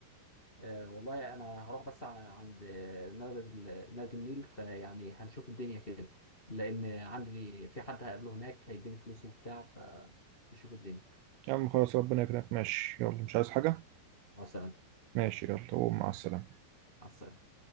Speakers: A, on the left; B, on the right.
A: آه، والله انا هروح بس ع- عند آه، نادي ال- نادي النيل فيعني هنشوف الدنيا كده لان عندي في حد هقابله هناك هيديني فلوس وبتاع فنشوف الدنيا
B: يا عم خلاص ربنا يكرمك ماشي يلا مش عايز حاجة
A: مع السلامه
B: ماشي يلا قوم مع السلامة
A: مع السلامه